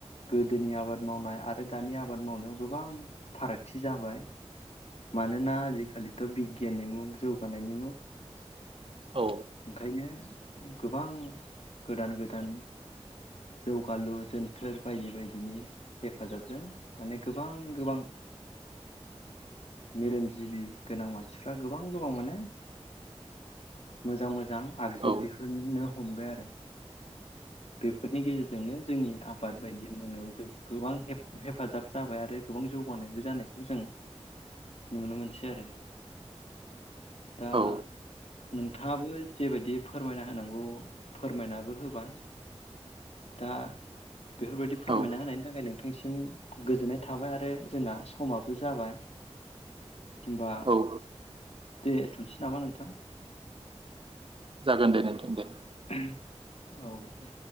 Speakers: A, on the left (about 70°); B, on the right (about 50°).
A: गोदोनि आबाद मावनाय आरो दानि आबाद मावनायाव गोबां फारागथि जाबाय। मानोना आजिखालिथ' बिगियाननि मुगा जौगानायनि मुगा
B: औ
A: ओंखायनो गोबां गोदान गोदान जौगालु जोनथोर बायदि बायदिनि हेफाजाबजों माने गोबां गोबां मेलेमजिबि गोनां मानसिफ्रा गोबां गोबां माने मोजां मोजां आगजु
B: औ
A: दिहुननो हमबाय आरो। बेफोरनि गेजेरजोंनो जोंनि आबाद बायदि मावनायाव जों गोबां हेफाजाब जाबाय आरो गोबां जौगानायबो जानायखौ जों नुनो मोनसै आरो। दा
B: औ
A: नोंथाङाबो जेबायदि फोरमायना हो होनांगौ फोरमायनाबो होबाय दा बेफोर बायदि फोरमायना
B: औ
A: होनायनि थाखाय नोंथांसिम गोजोननाय थाबाय आरो जोंना समाबो जाबाय। होनबा
B: औ
A: दे दोथनोसै। नामा नोंथां।
B: जागोन दे। नोंथां दे
A: <inaudible> औ दे।